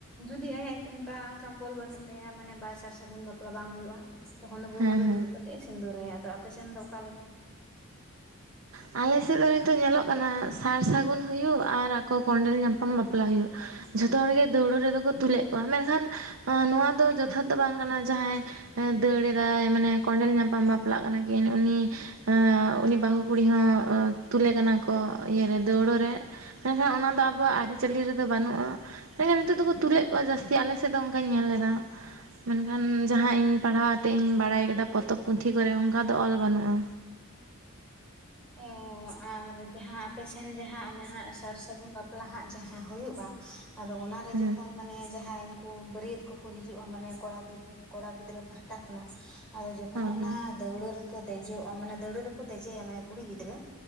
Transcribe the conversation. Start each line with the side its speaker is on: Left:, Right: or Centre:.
Centre: ᱡᱩᱫᱤ ᱟᱭᱟᱜ ᱚᱱᱠᱟ ᱥᱚᱢᱵᱚᱞ ᱵᱟᱹᱱᱩᱜ ᱛᱟᱭᱟ ᱢᱟᱱᱮ ᱵᱟᱨ ᱥᱟᱨ ᱥᱟᱹᱜᱩᱱ ᱵᱟᱯᱞᱟ ᱵᱟᱝ ᱦᱩᱭᱩᱜᱼᱟ᱾ ᱛᱚᱠᱷᱚᱱ ᱫᱚ ᱵᱩᱞᱩᱨᱮ
Right: ᱦᱮᱸ ᱦᱮᱸ
Centre: ᱫᱩᱲᱩᱵ ᱠᱟᱛᱮᱫ-ᱮ ᱥᱤᱸᱫᱩᱨᱟᱭᱟ, ᱟᱫᱚ ᱟᱯᱮ ᱥᱮᱱ ᱫᱚ ᱚᱠᱟ ᱞᱮᱠᱟ?
Right: ᱟᱞᱮ ᱥᱮᱫ ᱫᱚ ᱱᱤᱛᱚᱜ ᱧᱮᱞᱚᱜ ᱠᱟᱱᱟ ᱥᱟᱨ ᱥᱟᱹᱜᱩᱱ ᱦᱩᱭᱩᱜ ᱟᱨ ᱟᱠᱚ ᱠᱚᱸᱰᱮᱞ ᱧᱟᱯᱟᱢ ᱵᱟᱯᱞᱟ ᱦᱩᱭᱩᱜ ᱡᱷᱚᱛᱚ ᱦᱚᱲᱜᱮ ᱫᱟᱹᱣᱲᱟᱹ ᱨᱮᱫᱚ ᱠᱚ ᱛᱩᱞᱮᱫ ᱠᱚᱣᱟ ᱢᱮᱱᱠᱷᱟᱱ ᱱᱚᱣᱟ ᱫᱚ ᱡᱚᱛᱷᱟᱛ ᱫᱚ ᱵᱟᱝ ᱠᱟᱱᱟ ᱡᱟᱦᱟᱸᱭ ᱮ ᱫᱟᱹᱲ ᱮᱫᱟᱭ ᱢᱟᱱᱮ ᱠᱚᱸᱰᱮᱞ ᱧᱟᱯᱟᱢ ᱵᱟᱯᱞᱟᱜ ᱠᱟᱱᱟ ᱠᱤᱱ ᱩᱱᱤ ᱩᱱᱤ ᱵᱟᱦᱩ ᱠᱩᱲᱤ ᱦᱚᱸ ᱛᱩᱞᱮ ᱠᱟᱱᱟ ᱠᱚ ᱤᱭᱟᱹ ᱨᱮ ᱫᱟᱹᱣᱲᱟᱹ ᱨᱮ᱾ ᱢᱮᱱᱠᱷᱟᱱ ᱚᱱᱟ ᱫᱚ ᱟᱵᱚᱣᱟᱜ ᱟᱨᱤᱪᱟᱞᱤ ᱨᱮᱫᱚ ᱵᱟᱱᱩᱜᱼᱟ᱾ ᱢᱮᱱᱠᱷᱟᱱ ᱱᱤᱛᱚᱜ ᱫᱚᱠᱚ ᱛᱩᱞᱮᱫ ᱠᱚᱣᱟ ᱡᱟᱹᱥᱛᱤ᱾ ᱟᱞᱮ ᱥᱮᱫ ᱫᱚ ᱚᱱᱠᱟᱧ ᱧᱮᱞ ᱞᱮᱫᱟ᱾ ᱢᱮᱱᱠᱷᱟᱱ ᱡᱟᱦᱟᱸ ᱤᱧ ᱯᱟᱲᱦᱟᱣᱟᱛᱮᱫ ᱤᱧ ᱵᱟᱲᱟᱭ ᱠᱟᱫᱟ, ᱯᱚᱛᱚᱵ ᱯᱩᱛᱷᱤ ᱠᱚᱨᱮ ᱚᱱᱠᱟ ᱫᱚ ᱚᱞ ᱵᱟᱱᱩᱜᱼᱟ᱾
Centre: ᱚ ᱟᱨ ᱡᱟᱦᱟᱸ ᱟᱯᱮ ᱥᱮᱱ ᱡᱟᱦᱟᱸ ᱚᱱᱟᱦᱟᱸᱜ ᱥᱟᱨ ᱥᱟᱹᱜᱩᱱ ᱵᱟᱯᱞᱟ ᱦᱟᱸᱜ ᱡᱟᱦᱟᱸ ᱦᱩᱭᱩᱜᱼᱟ ᱟᱫᱚ ᱚᱱᱟ ᱨᱮ
Right: ᱦᱮᱸ
Centre: ᱡᱚᱠᱷᱚᱱ ᱢᱟᱱᱮ ᱡᱟᱦᱟᱸᱭ ᱠᱚ ᱵᱟᱹᱨᱭᱟᱹᱛ ᱠᱚᱠᱚ ᱦᱤᱡᱩᱜᱼᱟ ᱢᱟᱱᱮ ᱠᱚᱲᱟ ᱜᱤᱫᱽᱨᱟᱹ ᱠᱚᱲᱟ ᱜᱤᱫᱽᱨᱟᱹ ᱯᱟᱦᱴᱟ ᱠᱷᱚᱱᱟᱜ᱾ ᱟᱫᱚ ᱡᱚᱠᱷᱚᱱ
Right: ᱦᱳᱭ
Centre: ᱚᱱᱟ
Right: ᱦᱳᱭ
Centre: ᱫᱟᱹᱣᱲᱟᱹ ᱨᱮᱠᱚ ᱫᱮᱡᱚᱜᱼᱟ ᱢᱟᱱᱮ ᱫᱟᱹᱣᱲᱟᱹ ᱨᱮᱠᱚ ᱫᱮᱡᱭᱟ ᱢᱟᱱᱮ ᱠᱩᱲᱤ ᱜᱤᱫᱽᱨᱟᱹ᱾